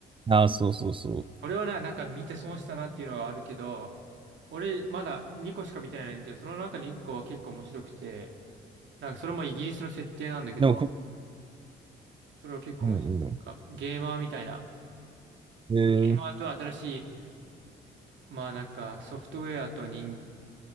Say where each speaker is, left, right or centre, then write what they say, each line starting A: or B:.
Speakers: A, on the right; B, on the right.
A: ああ、そうそうそう。
B: 俺はな、なんか見て損したなっていうのはあるけど、俺まだ2個しか見てないんだけど、その中に1個は結構面白くて、なんかそれもイギリスの設定なんだけど、
A: でもこ、
B: それを結構面白い。
A: うんうん。
B: なんかゲーマーみたいな。
A: えー
B: ゲーマーと新しい、まあなんかソフトウェアと人、